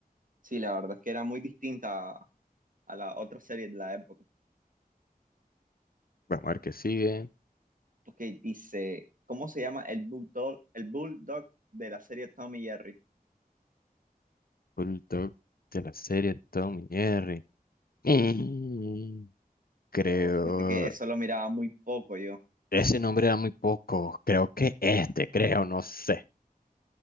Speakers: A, on the right; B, on the left.
A: Sí, la verdad es que era muy distinta a la otra serie de la época.
B: Vamos a ver qué sigue.
A: Porque dice, ¿cómo se llama el bulldog, el bulldog de la serie Tom y Jerry?
B: Bulldog de la serie Tom y Jerry. Mm, Creo.
A: Oh, fíjate que eso lo miraba muy poco yo.
B: Ese nombre era muy poco. Creo que este, creo, no sé.